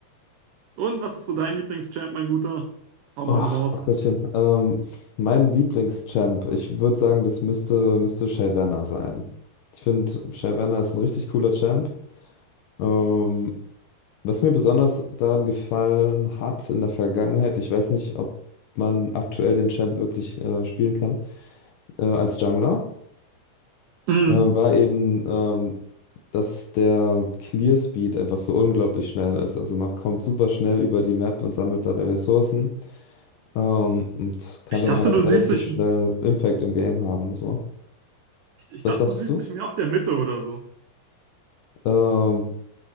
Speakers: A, on the right (about 85°); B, on the left (about 70°).
A: Und was ist so dein Lieblingschamp, mein Guter? Hau mal
B: Oh,
A: einen raus.
B: ach Gottchen. Ähm, mein Lieblingschamp. Ich würde sagen, das müsste, müsste Shyvana sein. Ich finde, Shyvana ist ein richtig cooler Champ. Ähm, was mir besonders daran gefallen hat in der Vergangenheit, ich weiß nicht, ob man aktuell den Champ wirklich äh, spielen kann, äh, als Jungler,
A: Mhm.
B: äh, war eben, ähm, dass der Clear Speed einfach so unglaublich schnell ist. Also man kommt super schnell über die Map und sammelt dabei Ressourcen. Ähm, und kann
A: Ich
B: dann
A: dachte,
B: halt
A: du siehst
B: relativ
A: dich,
B: schnell
A: ich,
B: Impact im Game haben. So.
A: ich
B: Was
A: dachte,
B: dachtest
A: du siehst
B: du?
A: dich mehr auf der Mitte oder so.
B: Ähm,